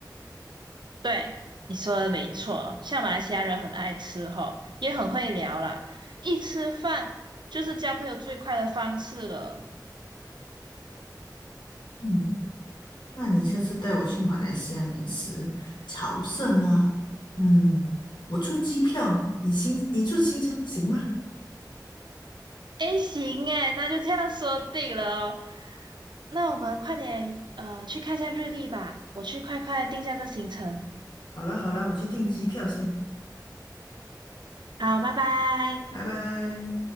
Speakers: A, on the right; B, on the left.
A: 对，你说的没错，像马来西亚人很爱吃吼，也很会聊啦，一吃饭就是交朋友最快的方式了。
B: 嗯。那你下次带我去马来西亚美食朝圣啦。嗯，我出机票，你行，你出行程行吗？
A: 诶，行诶，那就这样说定了哦。那我们快点呃去看一下日历吧，我去快快定下这行程。
B: 好啦好啦，我去订机票先，
A: 好，拜拜。
B: 拜拜。